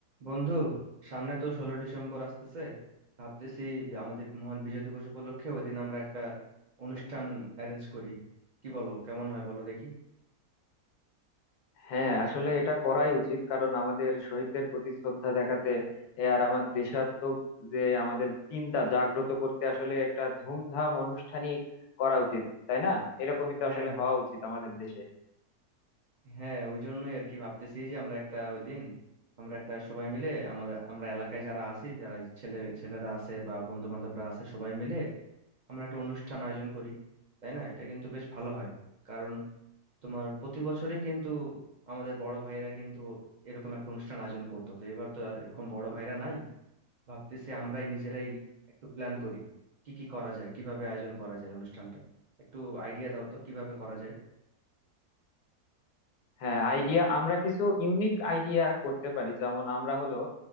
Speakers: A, on the right; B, on the left.
A: বন্ধু সামনে তো ষোলো ডিসেম্বর আসতেছে ভাবতেছি বি- আমাদের মহান বিজয় দিবস উপলক্ষে ওই দিন আমরা একটা অনুষ্ঠান অ্যারেঞ্জ করি কি বলো কেমন হয় বলো দেখি
B: হ্যাঁ আসলে এটা করাই উচিত কারণ আমাদের শহীদদের প্রতি শ্রদ্ধা দেখাতে এ আর আমার দেশাত্মক যে আমাদের চিন্তা জাগ্রত করতে আসলে একটা ধুমধাম অনুষ্ঠানই করা উচিত তাই না এরকমই তো
A: হ্যাঁ
B: আসলে হওয়া উচিত আমাদের দেশে
A: হ্যাঁ ওই জন্যই আর কি ভাবতেছি যে আমরা একটা ওই দিন আমরা একটা সবাই মিলে আমাদের আমরা এলাকায় যারা আছি যারা এই ছেলে ছেলেরা আছে বা বন্ধু বান্ধবরা আছে সবাই মিলে আমরা একটা অনুষ্ঠান আয়োজন করি তাই না এটা কিন্তু বেশ ভালো হয় কারণ তোমার প্রতি বছরে কিন্তু আমাদের বড় ভাইরা কিন্তু এরকম একটা অনুষ্ঠান আয়োজন করতো তো এবার তো আর এরকম বড় ভাইরা নাই ভাবতেছি আমরাই নিজেরাই একটু প্ল্যান করি কি কি করা যায় কিভাবে আয়োজন করা যায় অনুষ্ঠানটা একটু আইডিয়া দাও তো কিভাবে করা যায়
B: হ্যাঁ আইডিয়া আমরা কিছু ইউনিক আইডিয়া করতে পারি যেমন আমরা হলো